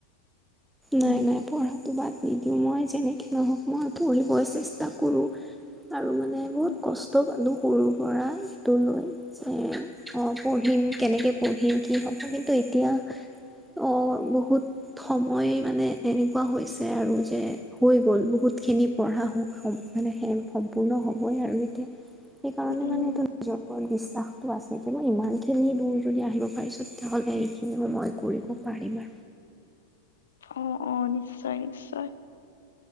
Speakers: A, in the centre; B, on the left.
A: নাই
B: উম
A: নাই পঢ়াটো বাদ নিদিওঁ মই যেনেকে নহওক মই পঢ়িবই চেষ্টা কৰো। আৰু মানে বহুত
B: উম
A: কষ্ট পালো। সৰুৰ পৰাটো লৈ যে অঁ পঢ়িম কেনেকৈ পঢ়িম কি হ'ব কিন্তু এতিয়া অ, বহুত সময় মানে এনেকুৱা হৈছে আৰু যে হৈ গ'ল বহুতখিনি পঢ়া শুনা মানে <unintelligible> সম্পূৰ্ণ হবই আৰু এতিয়া, সেইকাৰণে
B: উম
A: মানে এইটো নিজৰ ওপৰত বিশ্বাসটো আছে যে মই ইমানখিনি দূৰ যদি আহিব পাৰিছোঁ তেতিয়াহ'লে এইখিনিও মই কৰিব পাৰোঁ পাৰিবা।
B: অ, অ নিশ্চয় নিশ্চয়।